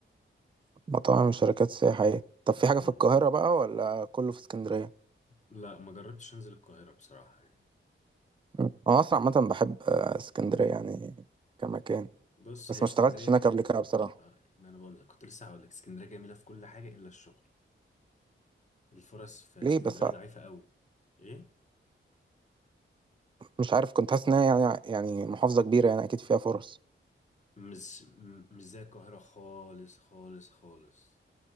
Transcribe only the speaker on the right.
مطاعم شركات سياحية طب في حاجة
في القاهرة بقى ولا كله في اسكندرية
مم. انا اصلا عامة بحب آه، اسكندرية يعني كمكان
بس
ما اشتغلتش هناك قبل كده بصراحة
ليه
بس
مش عارف كنت حاسس انها يعني يعني محافظة كبيرة يعني اكيد فيها فرص